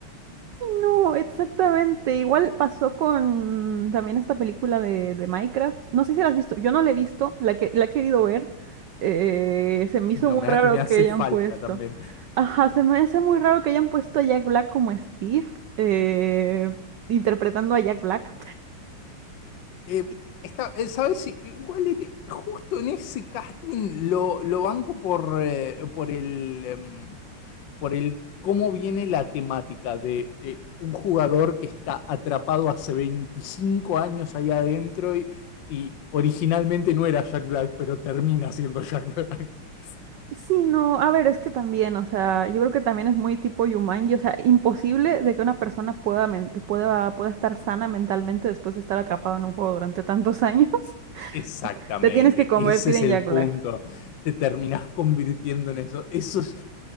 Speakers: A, on the right; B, on the left.
A: No, exactamente. Igual pasó con también esta película de, de Minecraft. No sé si la has visto. Yo no la he visto, la que la he querido ver. Eh,
B: <laughs>
A: se me hizo
B: no,
A: muy
B: me,
A: raro
B: ha- me hace
A: que hayan
B: falta
A: puesto.
B: también.
A: Ajá, se me hace muy raro que hayan puesto a Jack Black como Steve, eh, interpretando a Jack Black. <laughs>
B: Eh, está, eh, ¿sabes? si igual en e- justo en ese casting lo, lo banco por, eh, por el, em, por el cómo viene la temática de eh, un jugador que está atrapado hace 25 años ahí adentro y, y originalmente no era Jack Black, pero termina siendo Jack Black. <laughs>
A: Sí, no, a ver, es que también, o sea, yo creo que también es muy tipo Yumanji, o sea, imposible de que una persona pueda, men- pueda, pueda estar sana mentalmente después de estar atrapado en un juego durante tantos años. <laughs>
B: Exactamente,
A: Te tienes que convertir
B: ese es
A: en
B: el
A: Jack
B: punto.
A: Black.
B: Te terminás convirtiendo en eso. Eso es,